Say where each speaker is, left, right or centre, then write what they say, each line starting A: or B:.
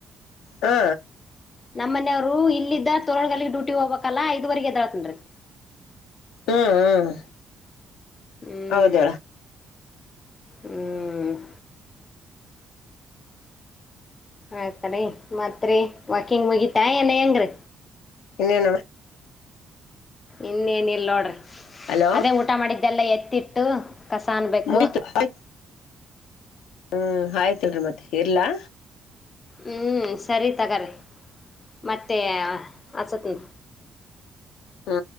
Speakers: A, on the left; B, on the left.
A: ಹಾ
B: ನಮ್ಮ್ನೆಯವ್ರು ಇಲ್ಲಿದ್ದ ತೋರಣಗಲ್ಗ್ ಡ್ಯೂಟಿ ಹೋಗ್ಬೇಕಲ್ಲಾ ಐದುವರೆಗೆ ಎದ್ದಳತನ್ರಿ
A: ಹ್ಮ್ ಹ್ಮ್
B: ಹ್ಮ್
A: ಹೌದಡ
B: ಹ್ಮ್ ಆಯ್ತರಿ ಮತ್ರಿ ವಾಕಿಂಗ್ ಮುಗಿತಾ ಏನ ಹೆಂಗ್ರೀ
A: ಇನ್ನಣ
B: ಇನ್ನೇನಲ್ ನೋಡ್ರಿ
A: ಹಲೋ
B: ಅದೇ ಊಟ ಮಾಡಿದ್ದೆಲ್ಲ ಎತ್ತಿಟ್ಟು ಕಸ ಅನ್ಬೇಕು
A: ಯತಯ ಹ್ಮ್ ಆಯ್ತಲ್ರಿ ಮತ್ತೆ ಇರ್ಲ್ಲಾ
B: ಹ್ಮ್ ಸರಿ ತಗಾರಿರಿ ಮತ್ತೆ ಹಸತ್
A: ಹಾ